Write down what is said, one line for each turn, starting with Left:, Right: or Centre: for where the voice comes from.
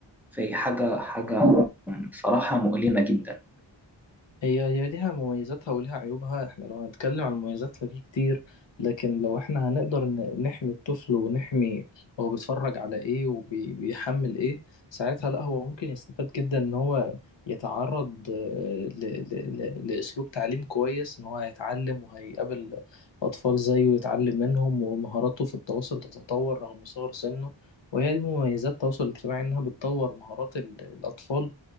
Centre: فهي حاجة حاجة صراحة مؤلمة جدا
Left: هي هي ليها مميزاتها وليها عيوبها احنا لو هنتكلم عن المميزات فدي كتير لكن لو احنا هنقدر ن- نحمي الطفل ونحمي هو بيتفرج على ايه وبيحمل ايه ساعتها لا هو ممكن يستفاد جدا ان هو يتعرض آه، ل- ل- ل- لأسلوب تعليم كويس ان هو هيتعلم وهيقابل أطفال زيه ويتعلم منهم ومهاراته في التواصل تتطور رغم صغر سنه وهي دي مميزات التواصل الاجتماعي انها بتطور مهارات ال- الأطفال